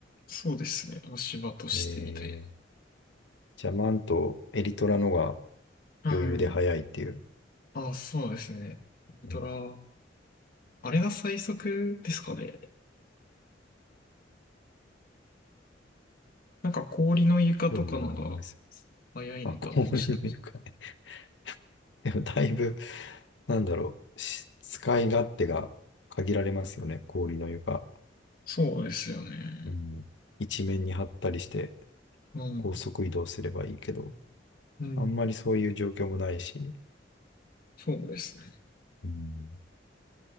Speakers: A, on the left (about 50°); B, on the left (about 75°).
A: そうですね。足場としてみたいな。
B: えー、じゃあ、マント、エリトラのが、
A: はい。
B: 余裕で早いっていう。
A: あ、そうですね。ウルトラ、
B: うん
A: あれが最速ですかね。なんか氷の床とかのが
B: ようなものないです。
A: 早いのかな、
B: あ、氷の床ね。
A: もしかして。
B: <laughs> でもだいぶ、なんだろう、し使い勝手が限られますよね、氷の床。
A: そうですよね。
B: うん、一面に張ったりして、
A: うん。
B: 高速移動すればいいけど、
A: うん。
B: あんまりそういう状況もないし、
A: そうですね。
B: うん